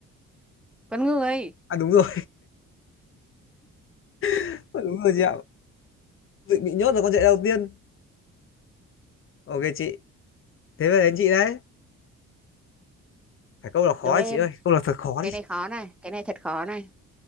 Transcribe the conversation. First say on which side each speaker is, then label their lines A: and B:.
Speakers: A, in the centre; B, on the left (about 45°).
A: con người
B: à đúng rồi <laughs> đúng rồi chị ạ bị bị nhốt là con chạy đầu tiên ok chị thế về đến chị đấy phải câu là khó
A: đố em
B: đấy chị ơi câu là thật khó
A: cái
B: đi
A: này khó này cái này thật khó này